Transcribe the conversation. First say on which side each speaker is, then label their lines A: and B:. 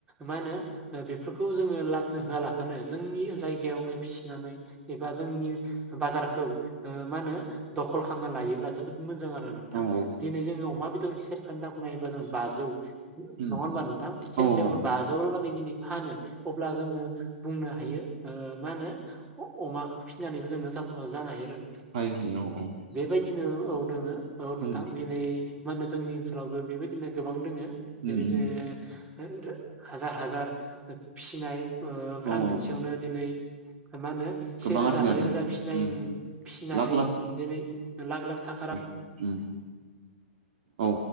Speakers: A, on the right; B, on the right.
A: मा होनो बेफोरखौ जोङो लाबनो होआलाफानो जोंनि जायगायावनो फिसिनानै एबा जोंनि बाजारखौ मा होनो दखल खालामना लायोब्ला जोबोद मोजां आरो नोंथां
B: औ
A: दिनै जोङो अमा बेदर ख सेरफानि दामखौ नायबा जों बाजौ
B: उम
A: नङा होनबा नोंथां? सेरफायावनो
B: औ औ
A: बाजौ लागै दिनै फानो अब्ला जोङो बुंनो हायो ओ मा होनो अमा फिसिनानैबो जोंनो जाफुं जानो हायो आरो नोंथां।
B: <unintelligible> औ
A: बेबायदिनो औ दोङो औ नोंथां
B: उम
A: दिनै मा होनो जोंनि ओनसोलाव ओ बेबायदिनो गोबां दोङो जेरै
B: उम
A: जे
B: उम
A: <unintelligible> हाजार हाजार फिनाय ओ फ्राम
B: औ
A: मोनसेयावनो दिनै मा होनो से
B: गोबां
A: रोजा
B: आरजिनो हादों
A: नैरोजा फिनाय
B: उम
A: फिनानै
B: लाख
A: दिनै लाख लाख थाखा रां
B: उ औ